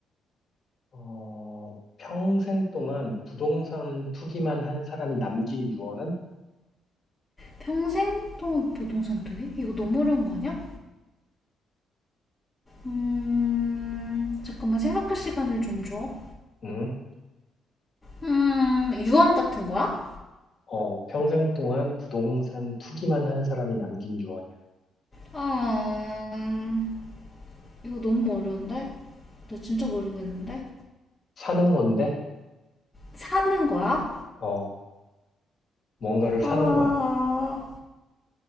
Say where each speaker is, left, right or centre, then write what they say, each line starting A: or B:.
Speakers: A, on the left; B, on the left.
A: 어, 평생 동안 부동산 투기만 한 사람이 남긴 유언은?
B: 평생 동안 보통상투기? 이거 너무 어려운 거 아니야? 음, 잠깐만 생각할 시간을 좀 줘.
A: 응?
B: 음, 유언 같은 거야?
A: 어, 평생 동안 부동산 투기만 한 사람이 남긴 유언이야.
B: 아, 음, 이거 너무 어려운데? 나 진짜 모르겠는데?
A: 사는 건데,
B: 사는 거야?
A: 어, 뭔가를
B: 아,
A: 사는 거야.